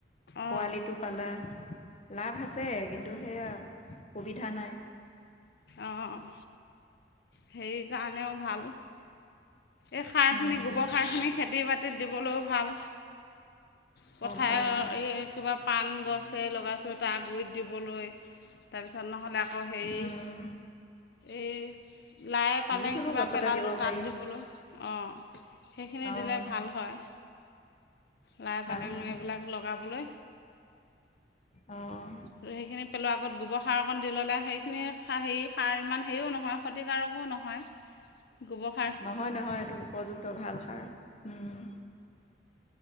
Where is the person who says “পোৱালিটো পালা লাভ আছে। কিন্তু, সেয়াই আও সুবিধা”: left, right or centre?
Left